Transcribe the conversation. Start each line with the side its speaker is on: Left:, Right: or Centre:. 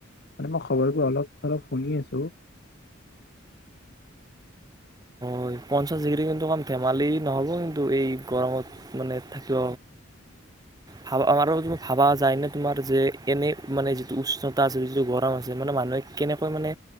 Left: মানে মই খবৰবোৰ অলপ চলপ শুনি আছো।
Right: হয় পঞ্চাছ ডিগ্ৰী কিন্তু কম ধেমালি নহ'ব কিন্তু এই গৰমত মানে থাকিব ভাবা আমাৰ ত ভাবা যায়নে তোমাৰ যে এনেই মানে যিটো উষ্ণতা আছে যিটো গৰম আছে মানে মানুহে কেনেকৈ মানে